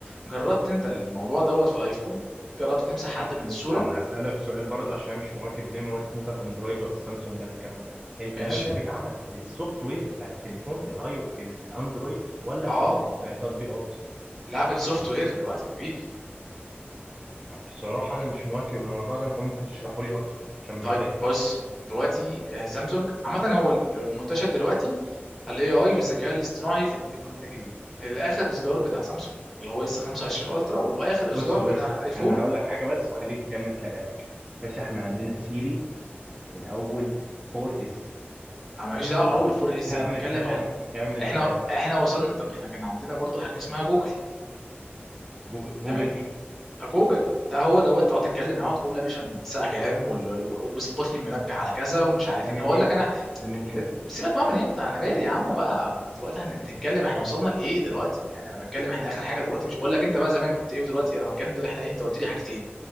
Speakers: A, in the centre; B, on the right.
A: جربت انت الموضوع دوت في الايفون جربت تمسح حد
B: ه-
A: من الصوره
B: انا هسألك سؤال برضه عشان انا مش مواكب زي ما قلت انت الاندرويد ولا السامسونج ولا الكلام ده الكلام
A: ماشي
B: ده بيتعمل بالسوفت وير بتاع التليفون بالاي بالاندرويد ولا
A: اه
B: بأبل- بتطبيقات
A: لعب السوفت وير دلوقتي يا حبيبي
B: بصراحة انا مش مواكب الموضوع ده انت ممكن تشرحه لي اكتر عشان مش
A: طيب
B: فاهم
A: بص دلوقتي آه، سامسونج عامة هو المنتشر دلوقتي الاي اي والذكاء الاصطناعي في التليفونات الجديدة الاخر اصدار بتاع سامسونج اللي هو اس 25 الترا واخر
B: <laughs>
A: اصدار
B: بص بص
A: بتاع الايفون
B: انا هقول لك حاجة بس وخليك تكمل كلامك باشا احنا عندنا سيري من اول 4 اس
A: انا ماليش دعوه باول
B: بس
A: 4 اس
B: كمل
A: انا بتكلم
B: كلامك
A: واحنا
B: كمل
A: احنا
B: كلامك
A: احنا وصلنا طب احنا كان عندنا برضو حاجه اسمها جوجل
B: جوجل, جوجل
A: تمام
B: ايه
A: آه، جوجل ده هو دوت تقعد تتكلم معاه وتقول له يا باشا إن الساعه كام وال- وال- وظبط لي المنبه على كذا ومش عارف
B: ده
A: ايه
B: من
A: طب اقول
B: امتى
A: لك انا
B: ده من امتى
A: سيبك بقى من امتى انا مالي يا عم بقى ما احنا دلوقتي احنا بنتكلم احنا وصلنا لايه دلوقتي يعني انا بتكلم احنا اخر حاجه دلوقتي مش بقول لك انت بقى زمان كنت ايه ودلوقتي انا بتكلم دلوقتي احنا ايه انت قلت لي حاجتين